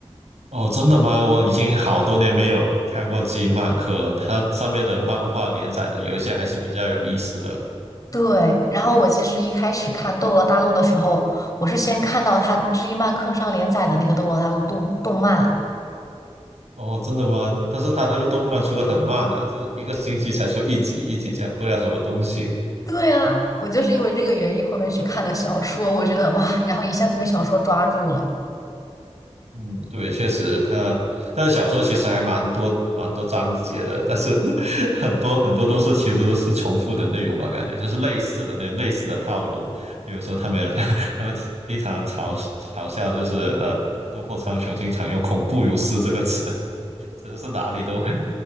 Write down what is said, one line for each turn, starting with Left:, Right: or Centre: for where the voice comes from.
Right: 哦，真的吗？我已经好多年没有看过知音漫客了。它上面的漫画连载的有一些还是比较有意思的。
Left: 对，然后我其实一开始看《斗罗大陆》的时候，我是先看到它知音漫客上连载的那个《斗罗大陆》动动漫。
Right: 哦，真的吗？但是他那个动漫出的很慢的，就是一个星期才出一集，一集讲不了什么东西。
Left: 对啊，我就是因为这个原因后面去看了小说，我觉得哇，然后一下子被小说抓住了，
Right: 嗯，对，确实他他的小说其实还蛮多蛮多章节的，但是 <laughs> 很多很多都是其实都是重复的内容吧，感觉就是类似的那类似的套路。比如说他们 <laughs> 他们经常嘲嘲笑，就是呃，斗破苍穹经常用“恐怖如斯”这个词，<laughs> 真的是哪里都会，